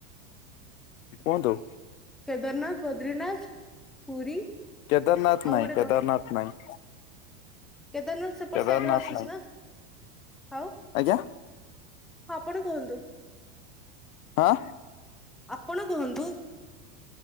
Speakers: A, on the left; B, in the centre.
A: କୁହନ୍ତୁ?
B: କେଦାରନାଥ ବଦ୍ରିନାଥ ପୁରୀ
A: କେଦାରନାଥ
B: ଆଉ
A: ନାହିଁ
B: ଗୋଟେ
A: କେଦାରନାଥ
B: କଣ
A: ନାହିଁ।
B: କେଦାରନାଥ ସେପଟ
A: କେଦାରନାଥ
B: ସାଇଡରେ ଆସୁଛି
A: ନାଇଁ
B: ନା? ଆଉ
A: ଆଜ୍ଞା।
B: ଆପଣ କୁହନ୍ତୁ
A: ହାଁ।
B: ଆପଣ କୁହନ୍ତୁ?